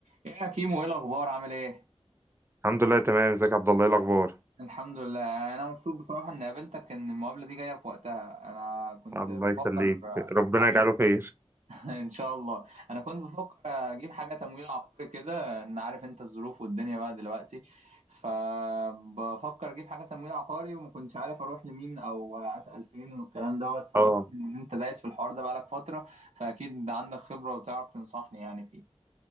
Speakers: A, on the right; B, on the right.
A: ايه يا كيمو ايه الاخبار عامل ايه
B: الحمد لله تمام ازيك يا عبد الله ايه الاخبار
A: الحمد لله انا مبسوط بصراحه اني قابلتك ان المقابله دي جايه في وقتها انا كنت
B: الله
A: بفكر
B: يخليك ربنا
A: حبيبي
B: يجعله خير
A: <laughs> ان شاء الله انا كنت بفكر اجيب حاجه تمويل عقاري كده ان عارف انت الظروف والدنيا بقى دلوقتي فبفكر اجيب حاجه تمويل عقاري وما كنتش عارف اروح لمين او اسال فين والكلام دوت فقلت
B: اه
A: ان انت دايس في الحوار ده بقالك فتره فاكيد عندك خبره وتعرف تنصحني يعني فيه